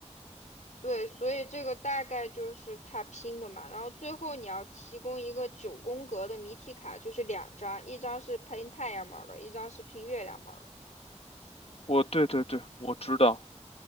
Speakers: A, on the left; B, on the left.
A: 对，所以这个大概就是他拼的嘛。然后最后你要提供一个九宫格的谜题卡，就是两张，一张是拼太阳门儿的，一张是拼月亮门儿的。
B: 我对对对，我知道，